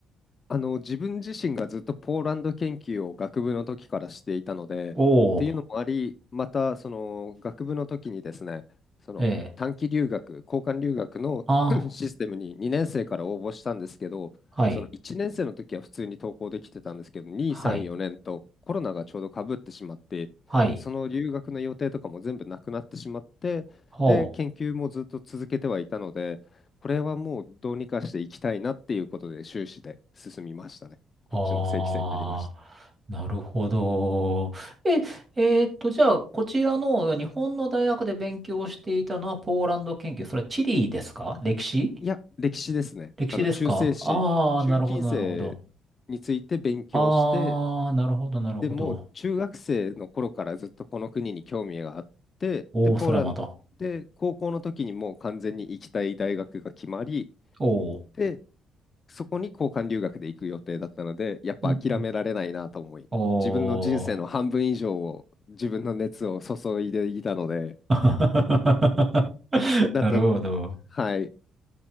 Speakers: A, on the left (about 40°); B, on the right (about 30°).
A: あの自分自身がずっとポーランド研究を学部の時からしていたので、
B: おお
A: っていうのもあり、またその学部の時にですね、その短期留学、
B: ー、ええ、
A: 交換留学の
B: あ、
A: <laughs> システムに2年生から応募したんですけど、
B: はい、
A: その1年生の時は普通に登校できてたんですけど、2、
B: はい、
A: 3、4年とコロナがちょうどかぶってしまって、
B: はい、
A: その留学の予定とかも全部なくなってしまって、
B: ほう。
A: で、研究もずっと続けてはいたので、これはもうどうにかしていきたいなっていうことで終始で進みましたね。こっちの正規生になりました。
B: ああ、なるほど。え、えーっと、じゃあ、こちらの日本の大学で勉強していたのはポーランド研究。それは地理ですか歴史
A: いや、歴史ですね。
B: 歴史ですかああー、
A: あの中世史、中近世
B: なるほど、なるほど。
A: について勉強して、
B: ああ、なるほど、なるほど。
A: でもう中学生の頃からずっとこの国に興味があって、
B: おお、
A: で、ポーランドで高校の時にもう完全に行きたい大学が決まり、
B: それはまた。おお。
A: で、そこに交換留学で行く予定だったので、やっぱ諦められないなと思い、
B: うんうん。お
A: 自分の人生の半分以上を自分の熱を注いでいたので、
B: お。<laughs>
A: だった、
B: なるほど。
A: はい。